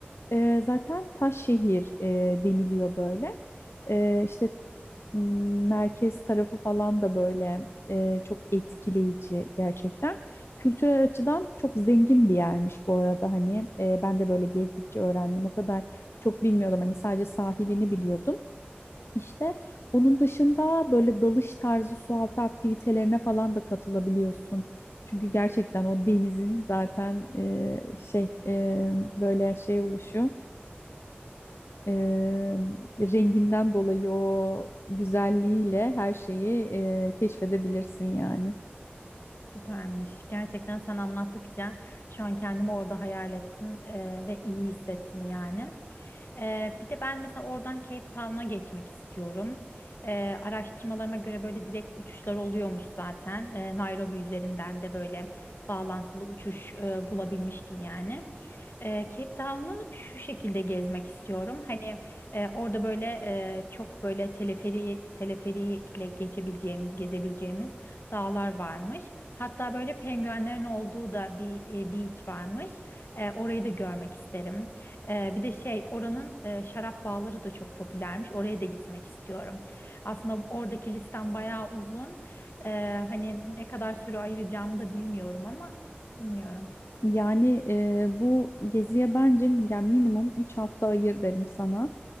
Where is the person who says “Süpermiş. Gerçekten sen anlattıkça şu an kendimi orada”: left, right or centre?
Left